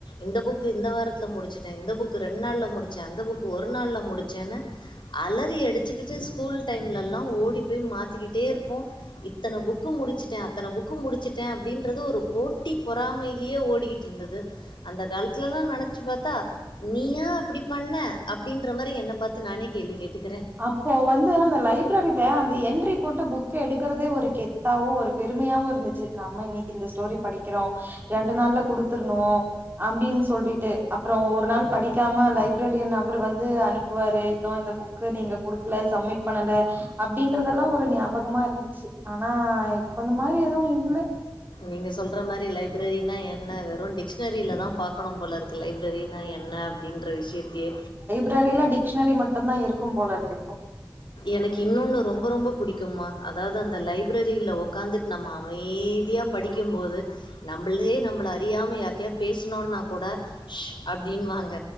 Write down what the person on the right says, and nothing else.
அப்போ வந்து அந்த லைப் ரரிட அந்த என்ட்ரி போட்டு புக் எடுக்கறதே ஒரு கெத்தாவு ஒரு பெருமையாவு இருந்துச்சி நம்ம இன்னைக் இந்த ஸ்டோரி படிக்கிறோ ரெண்டு நாள்ல குடுத்துருணு அப்டின் சொல்லிட்டு அப்பறோ ஒரு நாள் படிக்காம லைப்ரரியன் அவரு வந்து அனுப்புவாரு இன்னு இந்த புக் கு நீங்க குடுக்கல சம்மிட் பண்ணல அப்டிங்கறதெல்லா ஒரு ஞாபகமா இருந்துச்சி ஆனா இப்ப அந்த மாரி எதுவு இல்ல
ப்ரரில டிக்ஷனரி மட்டுந்தா இருக்கும் போலருக்கு இப்போ